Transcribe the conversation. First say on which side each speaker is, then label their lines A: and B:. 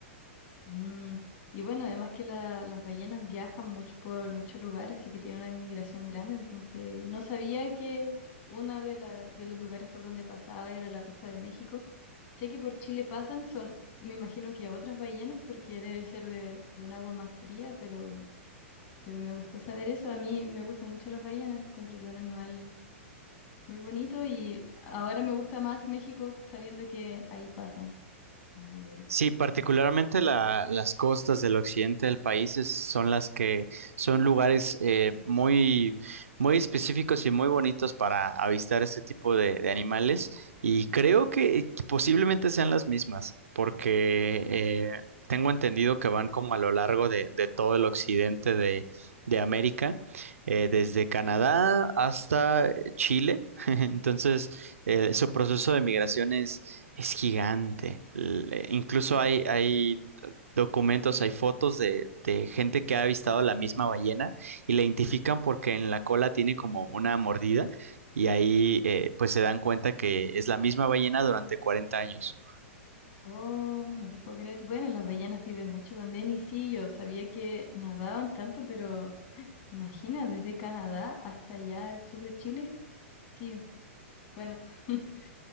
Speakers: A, on the left; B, on the right.
A: Mm, y bueno, además que la- las ballenas viajan mucho por muchos lugares y que tienen una migración grande, entonces no sabía que uno de, la- de los lugares por donde pasaba era la costa de México. Sé que por Chile pasan, son, me imagino que otras ballenas, porque debe ser de, de un agua más fría, pero, pero me gustó saber eso. A mí me gustan mucho las ballenas, encuentro que es un animal muy bonito y ahora me gusta más México sabiendo que ahí pasan, en Nayarit.
B: Sí, particularmente la- las costas del occidente del país es- son las que son lugares eh, muy, muy específicos y muy bonitos para avistar este tipo de, de animales y creo que posiblemente sean las mismas porque eh, tengo entendido que van como a lo largo de, de todo el occidente de, de América, eh, desde Canadá hasta Chile. <laughs> Entonces, eh, su proceso de migración es es gigante. Le- incluso hay, hay documentos, hay fotos de, de gente que ha avistado la misma ballena y la identifican porque en la cola tiene como una mordida y ahí eh, pues se dan cuenta que es la misma ballena durante 40 años.
A: Oh, no te puedo creer. Bueno, las ballenas viven mucho también y sí, yo sabía que nadaban tanto, pero imagina, desde Canadá hasta allá al sur de Chile. Sí, bueno, <laughs>